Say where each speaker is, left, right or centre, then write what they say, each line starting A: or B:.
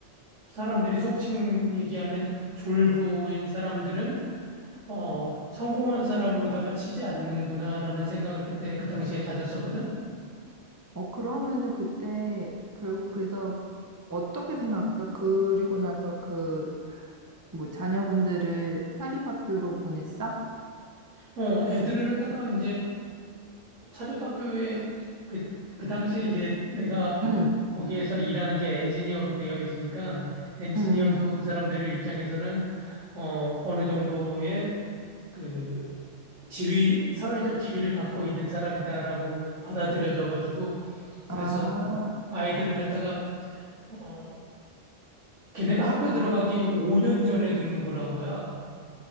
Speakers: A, on the right (about 80°); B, on the right (about 15°).
A: 사람들이 속칭 얘기하는 졸부인 사람들은 어, 성공한 사람으로다가 치지 않는구나라는 생각을 그때 그 당시에 가졌었거든.
B: 어, 그러면은 그때 결국 그래서 어떻게 생각했어? 그리고 나서 그 뭐 자녀분들을 사립학교로 보냈어?
A: 어, 애들을 갖다가 이제 사립학교에 그, 그 당시에 이제 내가
B: 응,
A: 거기에서 일하는 게 엔지니어로 되어 있으니까 엔지니어도
B: 응, 응.
A: 그 사람들의 입장에서는 어, 어느 정도의 그 지위, 사회적 지위를 갖고 있는 사람이다라고 받아들여져 가지고 그래서
B: 아,
A: 아이들을 갖다가 어, 걔네가 학교 들어가기 5년 전에 등록을 한 거야.